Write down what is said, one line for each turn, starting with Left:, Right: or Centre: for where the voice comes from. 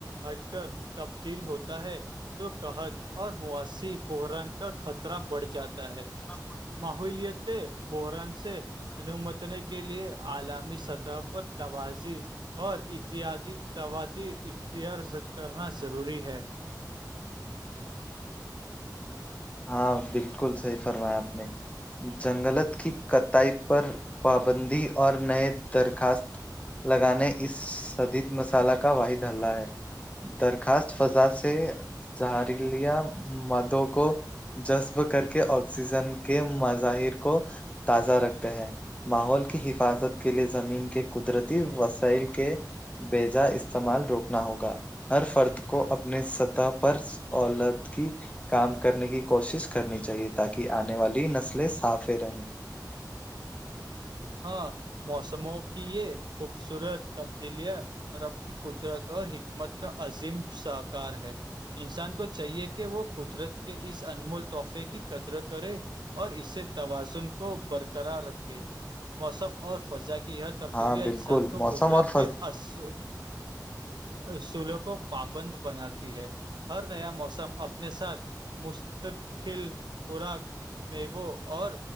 Right: ہٹ کر تبدیل ہوتا ہے تو قحط اور مواسی برن کا خطر طرح بڑھ جاتا ہے
Left: سب
Right: محلیت تھ بران سے انومتنے کے لیے عالامی سطح پر توازح اور اتحادی توادیر اتی عرز کرنا ضروری ہے
Left: ہاں بالکل صحیح فرمایا آپ نے جنگلت کی کتائی پر پابندی اور نئے درخواست لگانے اس شدید مسالہ کا واحد ہلہ ہے درخواست فضا سے جہری لیا مد کو جذب کر کے آکسیجن کے مظاہر کو تازہ رکھتے ہیں ماحول کی حفاظت کے لیے زمین کے قدرتی وسائل کے بیجا استعمال روکنا ہوگا ہر فرد کو اپنے سطح پر اولادگی کام کرنے کی کوشش کرنی چاہیے تاکہ آنے والی نسلیں صافے رہیں
Right: ہاں موسموں کی یہ خوبصورت تبدیلیاں اور اب قدرت اور حکمت کا عظیم ساکار ہے انسان کو چاہیے کہ وہ قدرت کے اس انمول تحفے کی قدر کرے اور اس سے توازن کو برقرار رکھے موسم اور فضا کی یہ تبدیلیاں
Left: ہاں بالکل
Right: انسان کو
Left: موسم
Right: قدرت
Left: اور فض
Right: کے اثر اصولوں کو پابند بناتی ہے ہر نیا موسم اپنے ساتھ مستقل خوراک میو اور